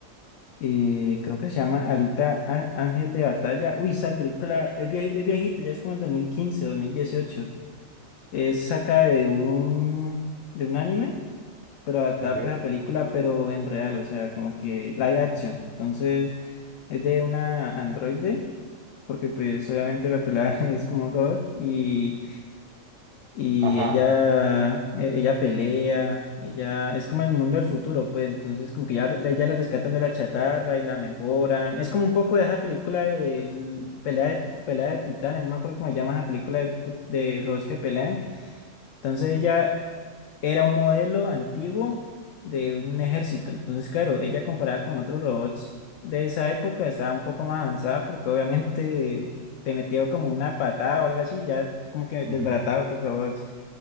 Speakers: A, on the left (about 70°); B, on the right (about 50°).
A: eh, creo que se llama Alita Á- Ángel de Batalla. Uy, esa película es, vie- es viejita, ya es como el dos dos mil quince dos mil dieciocho Es saca de un, de un anime, pero adaptada
B: ¿Ok?
A: pues, a película, pero en real, o sea, como que live action. Entonces, es de una androide porque pues obviamente la pelada <laughs> es como un robot y, y
B: Ajá.
A: ella, e- ella pelea, ella es como el mundo del futuro, pues entonces como que ya, la- ya la rescatan de la chatarra y la mejoran. Es como un poco de esa película de el- pelea de, pelea de titanes, no me acuerdo cómo se llama esa película de, que- de robots que pelean. Entonces ella era un modelo antiguo de un ejército. Entonces, claro, ella comparada con otros robots de esa época estaba un poco más avanzada porque <laughs> obviamente te metía como una patada o algo así, ya como que
B: Ujú.
A: desbarataba a otros robots.